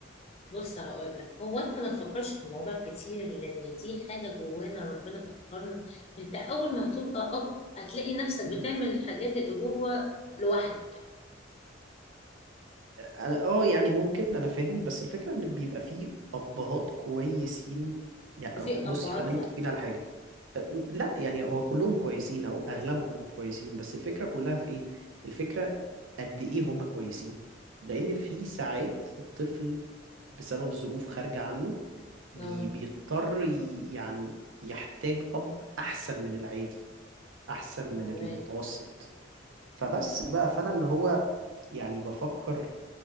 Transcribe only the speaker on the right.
مم.
انا اه يعني ممكن انا فاهم بس الفكره ان بيبقى فيه ابهات كويسين يعني
بصي
خلينا متفقين
على حاجه أه، لا يعني هو كلهم كويسين او اغلبهم كويسين بس الفكره كلها في ايه الفكره قد ايه هم كويسين لان في ساعات الطفل بسبب ظروف خارجه عنه بي
بيضطر ي- يعني يحتاج اب احسن من العادي احسن من
المتوسط فبس بقى فانا اللي هو يعني بفكر